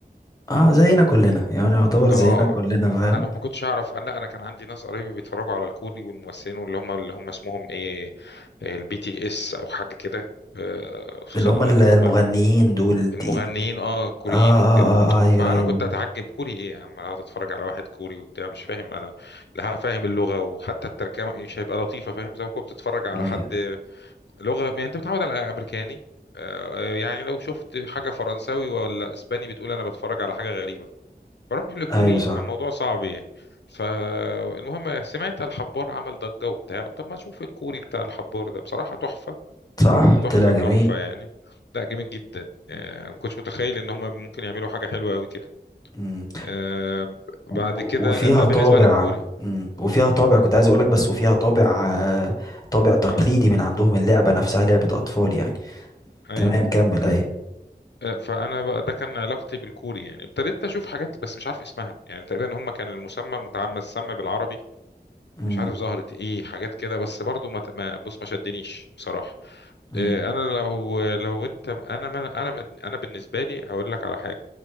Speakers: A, on the left; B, on the left.
A: اه زينا كلنا يعني يعتبر
B: اه
A: زينا كلنا فاهم
B: انا ما كنتش اعرف انا لا انا كان عندي ناس قرايبي بيتفرجوا على الكوري والممثلين واللي هم اللي هم اسمهم ايه البي تي اس او حاجه كده آه، خصوصا
A: اللي هم ال-
B: اللي
A: المغنيين
B: هم
A: دول
B: المغنيين
A: دي دي
B: اه كوريين
A: اه اه
B: وكده
A: اه آه، ايوه
B: فانا
A: ايوه
B: كنت اتعجب كوري ايه يا عم اقعد اتفرج على واحد كوري وبتاع مش فاهم انا لا فاهم اللغه وحتى الترجمه مش هيبقى لطيفه فاهم زي ما كنت بتتفرج على
A: ايوه
B: حد لغه يعني انت متعود على امريكاني آه، يعني لو شفت حاجه فرنساوي ولا اسباني بتقول انا بتفرج على حاجه غريبه بروح لكوري
A: ايوه صح
B: فالموضوع صعب يعني فالمهم سمعت الحبار عمل ضجة وبتاع طب ما اشوف الكوري بتاع الحبار ده بصراحة تحفة
A: صح
B: تحفة
A: طلع جميل
B: تحفة يعني لا جامد جدا آه، ما كنتش متخيل ان هم ممكن يعملوا حاجة حلوة قوي كده
A: مم.
B: آه، بعد
A: و-
B: كده
A: وفيها
B: ده
A: طابع
B: بالنسبة للكوري
A: مم. وفيها طابع كنت عايز اقولك بس وفيها طابع آه، طابع تقليدي
B: اه
A: من عندهم اللعبة نفسها لعبة اطفال يعني
B: اي
A: تمام كمل ايوه
B: آه، فانا بقى ده كان علاقتي بالكوري يعني ابتديت اشوف حاجات بس مش عارف اسمها يعني تقريبا هم كان المسمى متعمد مسمى بالعربي
A: مم.
B: مش عارف ظهرت ايه حاجات كده بس برضو ما ما- بص ما شدنيش بصراحة
A: مم.
B: إيه، انا لو لو انت انا ما- انا من- انا بالنسبه لي هقول لك على حاجه